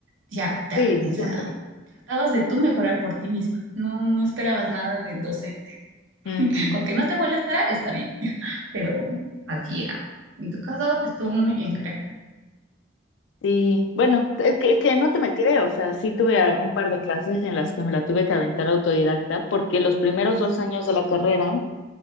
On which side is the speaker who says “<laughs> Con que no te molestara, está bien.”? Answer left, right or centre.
Right